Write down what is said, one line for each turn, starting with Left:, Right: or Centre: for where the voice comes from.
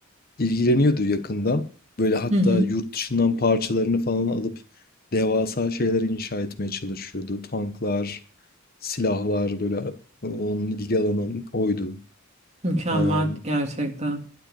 Left: ilgileniyordu yakından. Böyle hatta
Right: Hı hı.
Left: yurt dışından parçalarını falan alıp devasa şeyler inşa etmeye çalışıyordu. Tanklar, silahlar böyle e, onun ilgi alanı oydu.
Right: Mükemmel
Left: Eee,
Right: gerçekten.